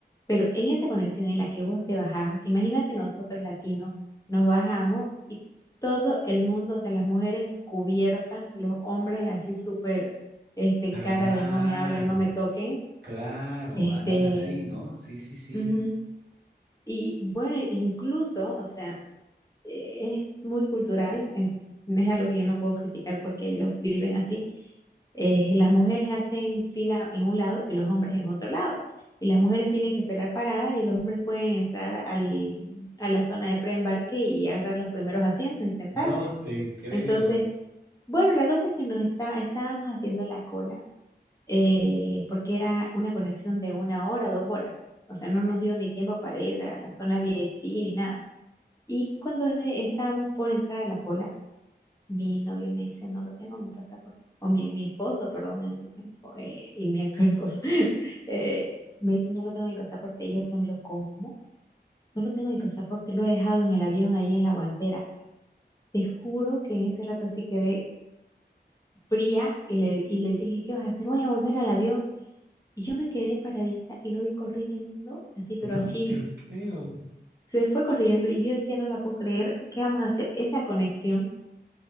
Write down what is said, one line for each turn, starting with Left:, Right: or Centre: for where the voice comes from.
Left: Pero en esa conexión en la que vos te bajás, imagínate nosotros latinos, nos bajamos y todo el mundo, o sea, las mujeres cubiertas, los hombres así súper, este,
Right: claro.
Left: cara de no me hablen, no me toquen,
Right: Claro,
Left: este,
Right: andan así, ¿no? Sí, sí, sí.
Left: ujú. Y bueno, incluso, o sea, eh, es muy cultural, en- no es algo que yo no puedo criticar porque ellos viven así. Eh, las mujeres hacen fila en un lado y los hombres en otro lado. Y las mujeres tienen que esperar parada y los hombres pueden entrar al, a la zona de preembarque y agarrar los primeros asientos y sentarse.
Right: No te creo,
Left: Entonces, bueno, la cosa es que nos está, estábamos haciendo la cola eh, porque era una conexión de una hora, dos horas. O sea, no nos dio ni tiempo para ir a la zona VIP ni nada. Y cuando e- estábamos por entrar a la cola, mi novio me dice, no lo tengo, mi pasaporte, o mi, mi esposo, perdón, en ese tiempo, eh, y mi actual esposo, <laughs> eh, me dice, no lo tengo mi pasaporte, y yo lo miro, ¿cómo? No lo tengo mi pasaporte, lo he dejado en el avión ahí en la guantera. Te juro que en ese rato así quedé fría y le, y le dije, ¿qué vas a hacer? Voy a volver al avión. Y yo me quedé paradita y lo vi corriendo, así, pero
Right: no
Left: así,
Right: te creo.
Left: se fue corriendo, y yo decía, no la puedo creer, ¿qué vamos a hacer? Esa conexión.